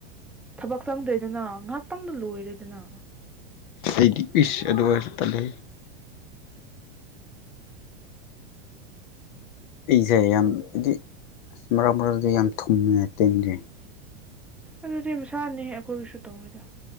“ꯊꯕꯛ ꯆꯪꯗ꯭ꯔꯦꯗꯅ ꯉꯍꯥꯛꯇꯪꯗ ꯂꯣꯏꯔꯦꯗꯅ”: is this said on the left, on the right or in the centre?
Centre